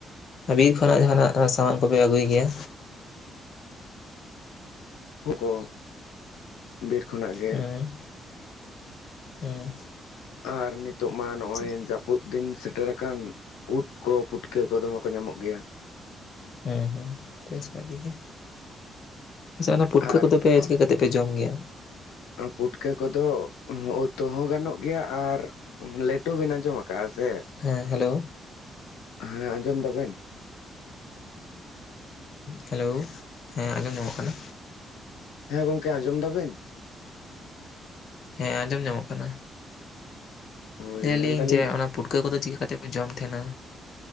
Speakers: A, on the left; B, on the left.
A: ᱵᱤᱨ ᱠᱷᱚᱱᱟᱜ ᱡᱟᱦᱟᱱᱟᱜ ᱥᱟᱢᱟᱱ ᱠᱚᱯᱮ ᱟᱹᱜᱩᱭ ᱜᱮᱭᱟ
B: ᱦᱚᱸᱠᱚ ᱵᱤᱨ ᱠᱷᱚᱱᱟᱜ ᱜᱮ
A: ᱦᱮᱸ ᱦᱮᱸ
B: ᱟᱨ ᱱᱤᱛᱚᱜ ᱢᱟ ᱱᱚᱜᱼᱚᱭ
A: ᱟᱪᱪᱷᱟ
B: ᱡᱟᱹᱯᱩᱫ ᱫᱤᱱ ᱥᱮᱴᱮᱨᱟ ᱟᱠᱟᱱ ᱩᱫ ᱠᱚ ᱯᱩᱴᱠᱟᱹ ᱠᱚᱫᱚ ᱢᱟ ᱠᱚ ᱧᱟᱢᱚᱜ ᱜᱮᱭᱟ
A: ᱦᱮᱸ ᱦᱮᱸ ᱵᱮᱥ ᱵᱷᱟᱜᱮ ᱜᱮ ᱟᱪᱪᱷᱟ ᱚᱱᱟ ᱯᱩᱴᱠᱟᱹ
B: ᱟᱨ
A: ᱠᱚᱫᱚ ᱯᱮ ᱪᱤᱠᱟᱹ ᱠᱟᱛᱮ ᱯᱮ ᱡᱚᱢ ᱜᱮᱭᱟ
B: ᱯᱩᱴᱠᱟᱹ ᱠᱚᱫᱚ ᱩᱛᱩ ᱦᱚᱸ ᱜᱟᱱᱚᱜ ᱜᱮᱭᱟ ᱟᱨ ᱞᱮᱴᱚ ᱵᱤᱱ ᱟᱸᱡᱚᱢ ᱟᱠᱟᱼᱟ ᱥᱮ
A: ᱦᱮᱸ ᱦᱮᱞᱳ
B: ᱦᱮᱸ ᱟᱸᱡᱚᱢ ᱫᱟᱵᱮᱱ
A: ᱦᱮᱞᱳ ᱦᱮᱸ ᱟᱸᱡᱚᱢ ᱧᱟᱢᱚᱜᱚᱜ ᱠᱟᱱᱟ
B: ᱦᱮᱸ ᱜᱚᱝᱠᱮ ᱟᱸᱡᱚᱢ ᱫᱟᱵᱮᱱ
A: ᱦᱮᱸ ᱟᱸᱡᱚᱢ ᱧᱟᱢᱚᱜ ᱠᱟᱱᱟ
B: ᱦᱳᱭ
A: ᱞᱟᱹᱭᱟᱞᱤᱧ
B: ᱢᱮᱱᱫᱟᱞᱤᱧ
A: ᱡᱮ ᱚᱱᱟ ᱯᱩᱴᱠᱟᱹ ᱠᱚᱫᱚ ᱪᱤᱠᱟᱹ ᱠᱟᱛᱮ ᱯᱮ ᱡᱚᱢ ᱛᱟᱸᱦᱮᱱᱟ